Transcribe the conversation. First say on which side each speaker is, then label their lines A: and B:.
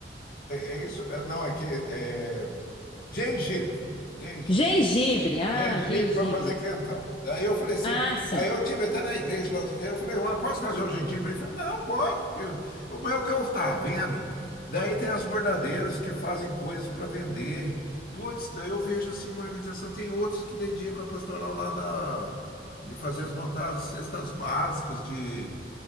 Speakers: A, on the left (about 55°); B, on the left (about 30°).
A: é, é isso, é, não, é que é, gengibre. Gengibre.
B: Gengibre, ah,
A: gengibre
B: gengibre.
A: para fazer quentão. Daí eu falei assim,
B: Ah, sim.
A: aí eu tive até na igreja lá outro dia, eu falei, mas posso trazer um gengibre? Ele falou, não, pode, porque o meu que eu estava vendo. Daí tem as bordadeiras que fazem coisas para vender. Putz, daí eu vejo assim uma organização, tem outros que dedicam a pastoral lá da, de fazer as montadas, cestas básicas de,